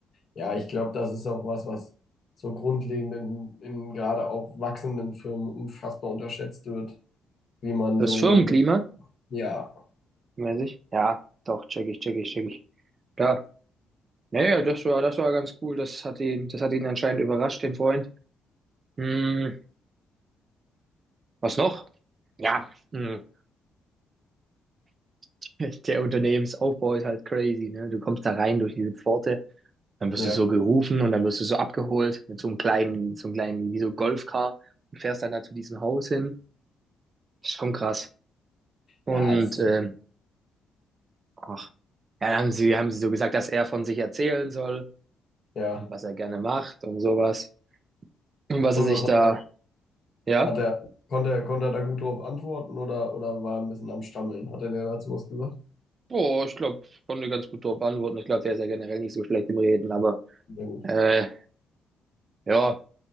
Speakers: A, on the left (about 55°); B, on the right (about 45°).
A: Ja, ich glaube, das ist auch was, was so grundlegend in, in gerade auch wachsenden Firmen unfassbar unterschätzt wird, wie man
B: Das
A: so,
B: Firmenklima,
A: ja,
B: mäßig, ja, doch, check ich, check ich, check ich. Da, naja, das war, das war ganz cool. Das hat ihn, das hat ihn anscheinend überrascht, den Freund. Hm, was noch? Ja, hm, <laughs> der Unternehmensaufbau ist halt crazy, ne? Du kommst da rein durch diese Pforte. Dann wirst
A: ja,
B: du so gerufen und dann wirst du so abgeholt mit so einem kleinen, so einem kleinen, wie so Golfcar und fährst dann da zu diesem Haus hin. Ist schon krass. Und
A: ja, es,
B: äh, ach, ja, dann haben sie, haben sie so gesagt, dass er von sich erzählen soll
A: ja.
B: und was er gerne macht und sowas. Und was
A: Und
B: er sich
A: was hat
B: da,
A: er,
B: ja,
A: hat er, konnte er, konnte er da gut drauf antworten oder, oder war er ein bisschen am Stammeln? Hat er dir dazu was gesagt?
B: boah, ich glaube, ich konnte ganz gut darauf antworten. Ich glaube, der ist ja generell nicht so schlecht im Reden, aber
A: Ja, gut.
B: äh, ja,